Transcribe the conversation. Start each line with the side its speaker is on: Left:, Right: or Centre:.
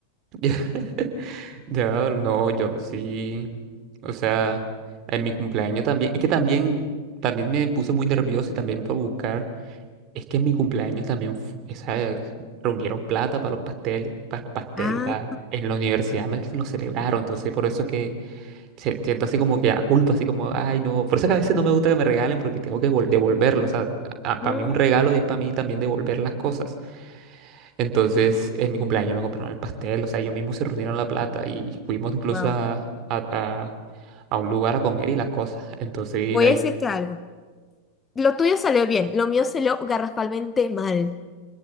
Right: <laughs> Ya, no, yo sí. O sea, en mi cumpleaños también. Es que también, también me puse muy nervioso y también por buscar. Es que en mi cumpleaños también fu- esa, reunieron plata para los pasteles, para pastel,
Left: Ah,
Right: o sea, en la universidad me lo celebraron, entonces por eso que se- siento así como que a culpa, así como, ay no, por eso que a veces no me gusta que me regalen porque tengo que vol- devolverlo, o sea, para
Left: Mm.
Right: mí un regalo es para mí también devolver las cosas. Entonces en mi cumpleaños me compraron el pastel, o sea, ellos mismos se reunieron la plata y fuimos incluso
Left: wow.
Right: a, a, a, a un lugar a comer y las cosas, entonces
Left: Voy
Right: ahí...
Left: a decirte algo. Lo tuyo salió bien, lo mío salió garrafalmente mal.